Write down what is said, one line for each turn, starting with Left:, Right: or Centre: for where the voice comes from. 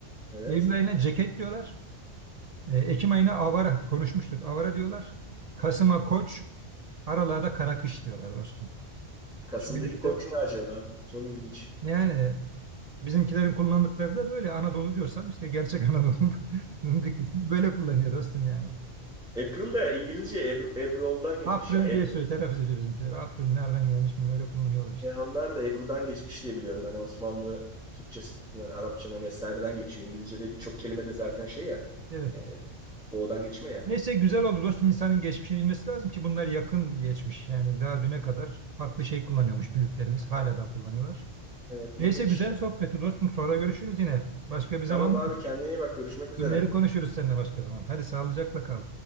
Centre: evet.
Right: Eylül ayına ceket diyorlar. E, Ekim ayına avara konuşmuştuk. Avara diyorlar. Kasım'a koç. Aralığa da kara kış diyorlar dostum.
Centre: Kasım'daki
Right: Şöyle bir
Centre: koç
Right: de
Centre: ne acaba? Çok ilginç.
Right: yani Bizimkilerin kullandıkları da böyle Anadolu diyorsan işte gerçek Anadolu'nun <laughs> bir kısmı böyle kullanıyor dostum yani.
Centre: April de İngilizce Ebru, Ebrol'dan geçmiş
Right: April
Centre: ya. Ebru,
Right: diye söylüyor, telaffuz ediyor bizimkiler. April nereden gelmiş mi öyle kullanıyorlar işte.
Centre: yani onlar da Ebru'dan geçmiş diye biliyorum. Yani Osmanlı Türkçesinden, Arapçadan vesaireden geçiyor. İngilizce'de birçok kelime de zaten şey ya,
Right: Evet.
Centre: e, odan geçme ya.
Right: Neyse güzel oldu dostum İnsanın geçmişini bilmesi lazım ki bunlar yakın geçmiş yani daha düne kadar farklı şey kullanıyormuş büyüklerimiz hala da kullanıyorlar.
Centre: Evet, ilginç.
Right: Neyse güzel sohbetti dostum sonra görüşürüz yine. Başka bir zaman
Centre: Tamam abi kendine iyi bak. Görüşmek üzere.
Right: günleri konuşuruz seninle başka zaman. Hadi sağlıcakla kal.